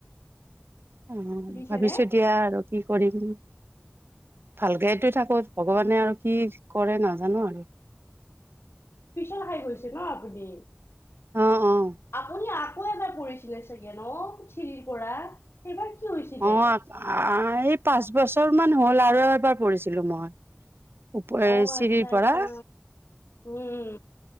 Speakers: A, on the right; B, on the left.
A: উম,
B: শুনিছেনে?
A: ভাবিছো দিয়া আৰু কি কৰিম। ভালকেটো থাকো। ভগৱানে আৰু কি কৰে নাজানো আৰু।
B: পিছল খাই গৈছে ন আপুনি?
A: অ' অ'।
B: আপুনি আকৌ এবাৰ পৰিছিলে চাগে ন' চিৰিৰ পৰা? সেইবাৰ কি হৈছিলে?
A: অ আ‌ এই পাঁচ বছ ছৰ মান হল আৰু এবাৰ পৰিছিলো মই, উপ -
B: অ
A: এই চিৰিৰ
B: আচ্ছা আচ্ছা
A: পৰা।
B: উম,